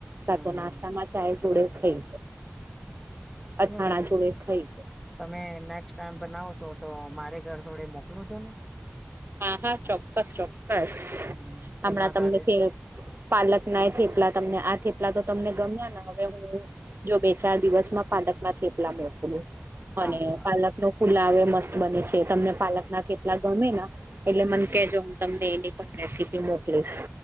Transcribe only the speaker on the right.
કા
તો નાસ્તા માં ચાય જોડે ખઈ અથાણા
જોડે ખઈ
હા હા ચોક્કસ ચોક્કસ
હમણાં
તમને
થેપ પાલક ના એ થેપલા તમને આ થેપલા તો તમને ગમ્યા ને હવે હું જો બે ચાર દિવસમાં પાલક ના થેપલા મોકલુ.
અને
પાલક નો પુલ્લાવે મસ્ત બને છે તમને પાલક ના થેપલા ગમે ના. એટલે
મન
કેજો હું તમને એની પણ રેસીપી મોકલીશ.